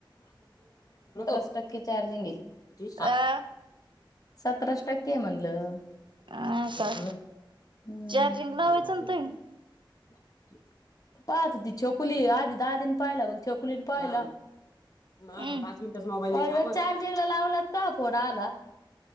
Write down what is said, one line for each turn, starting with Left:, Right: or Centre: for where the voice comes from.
Left: <unintelligible> टक्के चार्जिंग ए.
Right: अ
Left: सतराचं टक्केयं म्हणलं.
Right: हा
Left: <unintelligible>
Right: का
Left: हम्म
Right: चार्जिंग लावायचं
Left: <unintelligible>
Right: ना तुम्ही
Left: <inaudible> पाहत होती छकुली आधी दाद्याने पाहिला मग छकुलीने पाहिला मायाकड
Right: हम्म
Left: पाच मिनिटच नव्ह <unintelligible> चार्जीगला लावला तवं फोनं आला.